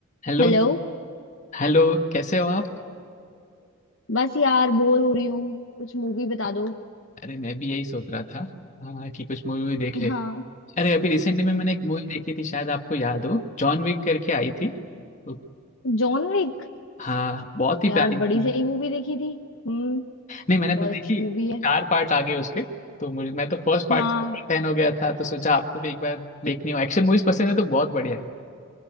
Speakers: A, on the left; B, on the left.
A: Hello
B: हेलो
A: Hello कैसे हो आप
B: बस यार बोर हो रही हूँ कुछ मूवी बता दो
A: अरे मैं भी यही सोच रहा था हाँ, कि कुछ मूवी वूवी देख ले
B: हाँ
A: अरे अभी रिसेंटली में मैंने एक मूवी देखी थी शायद आपको याद हो जॉन विक करके आई थी तो,
B: John Wick
A: हाँ बहुत ही
B: यार
A: प्यारी
B: बड़ी
A: थी।
B: सही मूवी देखी थी हम्म
A: नहीं मैंने
B: बहुत
A: तो देखी
B: अच्छी मूवी है
A: चार पार्ट आगे उसके तो मुझे मैं तो फर्स्ट पार्ट
B: हाँ
A: फैन हो गया था तो सोचा आपको भी एक बार देखनी हो एक्शन मूवीज पसंद है तो बहुत बढ़िया है